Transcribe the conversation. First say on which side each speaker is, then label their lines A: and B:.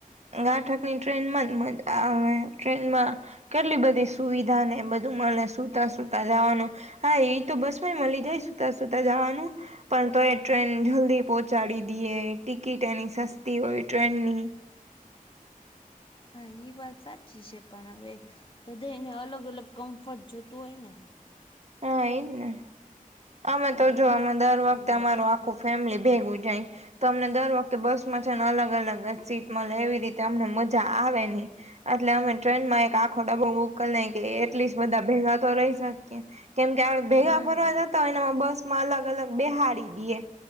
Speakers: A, on the right; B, on the left.
A: ગાંઠકની ટ્રેનમાં જ આવે ટ્રેનમાં કેટલી બધી સુવિધા ને બધું મળને સુતા સુતા જવાનું. હા એ તો બસમાં મળી જાય સુતા સુતા જવાનું. પણ તો એ ટ્રેન જલ્દી પહોંચાડી દઈએ ટિકિટ એની સસ્તી હોય ટ્રેનની.
B: હા એ વાત સાચી છે પણ હવે બધા એને અલગ અલગ કમ્ફર્ટ જોતું હોય ને.
A: હા એઈજ ને અમે તો
B: એટલે
A: જો
B: અમને
A: અમે દર
B: ના
A: વખતે
B: મેળ
A: અમારું
B: આવે
A: આખું ફેમિલી ભેગું જાય. તો અમને દર વખતે બસમાં છે ને અલગ અલગ સીટમાં મલે એવી રીતે અમને મજા આવે નહી. એટલે અમે ટ્રેન માં એક આખો ડબો બુંક ના કે <unintelligible> બધા ભેગા તો રહી શકીએ. કેમ કે આપડ ભેગા
B: હા
A: ફરવા જતા હો એનામાં બસ માં અલગ અલગ બેહાડી દઈએ.